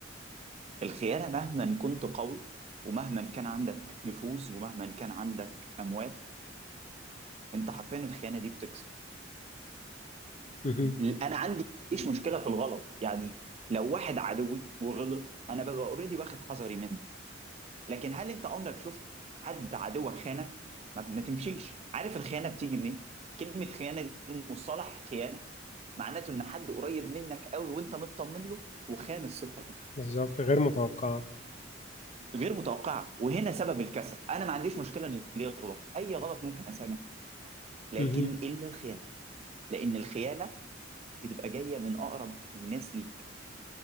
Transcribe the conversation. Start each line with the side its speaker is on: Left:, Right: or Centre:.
Right: الخيانه مهما كنت قوي ومهما كان عندك نفوذ ومهما كان عندك اموال انت حرفيا الخيانه دي بتكسر
Left: مهم.
Right: انا عندي مفيش مشكله في الغلط يعني لو واحد عدوي وغلط انا ببقى اوريدي واخد حذري منه لكن هل انت عمرك شفت حد عدوك خانك ما, ما تمشيش عارف الخيانه بتيجي منين كلمه خيانه دي مصطلح خيانه معناته ان حد قريب منك قوي وانت مطمن له وخان الثقه دي
Left: بالظبط غير متوقعة
Right: غير متوقعه وهنا سبب الكسل انا ما عنديش مشكله ان اللي يغلط اي غلط ممكن اسامح لكن
Left: مهم.
Right: الا الخيانه لان الخيانه بتبقى جايه من اقرب الناس ليك